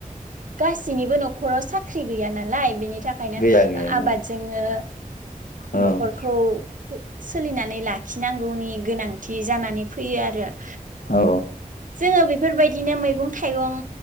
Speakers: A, on the right (about 65°); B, on the left (about 80°).
A: गासैनिबो नखराव साख्रि गैया नालाय बेनि थाखायनो
B: गैया गैया
A: आबादजोंनो
B: औ
A: नखरखौ सोलिनानै लाखिनांगौनि गोनांथि जानानै फैयो आरो ।
B: औ
A: ओ बेफोरबायदिनो मैगं थाइगं